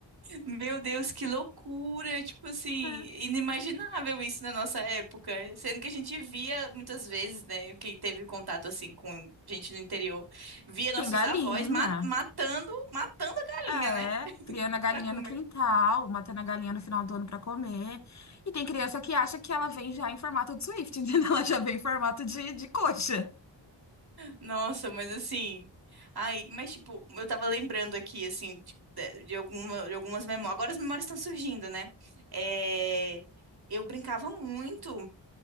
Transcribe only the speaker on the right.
Meu Deus, que loucura! Tipo assim,
inimaginável isso na nossa época. Sendo que a gente via muitas vezes, né? Quem teve contato assim com gente no interior, via nossos
avós ma- matando, matando a galinha,
né?
Pra comer.
Nossa, mas assim. Ai, mas tipo, eu tava lembrando aqui, assim, tipo, de, de alguma, de algumas memórias. Agora as memórias estão surgindo, né? É, eu brincava muito.